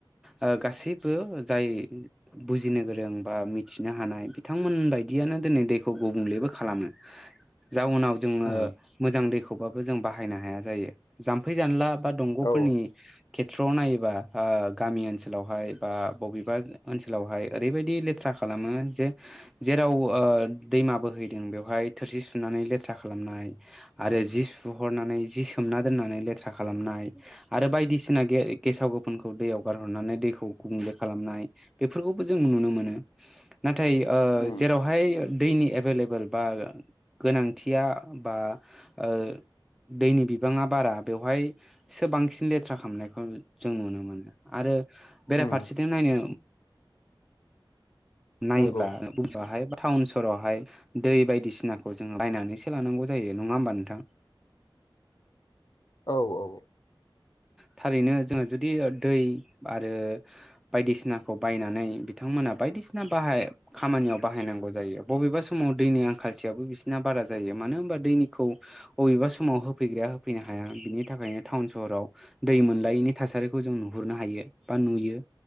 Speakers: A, in the centre; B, on the left.
A: ओ गासैबो जाय बुजिनो गोरों बा मिथिनो हानाय बिथांमोन बादियानो दिनै दैखौ गुबुंलेबो खालामो जाउनाव जोङो
B: उम
A: मोजां दैखौ जों बाहायनो हाया जायो जाम्फै जानला बा दंग'फोरनि
B: औ
A: खेथ्रआव नायोबा ओ गामि ओनसोलावहाय बा बबेबा ओनसोलावहाय ओरैबायदि लेथ्रा खालामो जे जेराव ओ दैमा बोहैदों बेवहाय थोरसि सुनानै लेथ्रा खालामनाय आरो जि सु बुहरनानै जि सोमना दोननानै लेथ्रा खालामनाय आरो बायदिसिना गेस गेसाव गोफोनखौ दैयाव गारहरनानै दैखौ गुबुंले खालामनाय बेफोरखौबो जों नुनो मोनो नाथाय ओ
B: उम
A: जेरावहाय दैनि एभेलेबोेल बा गोनांथिया बा ओ दैनि बिबाङा बारा बेवहायसो बांसिन लेथ्रा खालामनायखौ जों नुनो मोनो आरो बेराफारसेथिं
B: उम
A: नायनो नायोब्ला
B: नंगौ
A: उन समावहाय टाउन सहरावहाय दै बायदिसिनाखौ जों बायनानैसो लानांगौ जायो नङा होमबा नोंथां
B: औ औ
A: थारैनो जोङो जुदि दै आरो बायदिसिनाखौ बायनानै बिथांमोना बायदिसिना बाहाय खामानियाव बाहायनांगौ जायो बबेबा समाव दैनि आंखालथियाबो बिसिना बारा जायो मानो होनबा दैनिखौ बबेबा सम समाव होफैग्राया होफैनो हाया बिनि थाखायनो टाउन सहराव दै मोनलायैनि थासारिखौ जों नुहुरनो हायो बा नुयो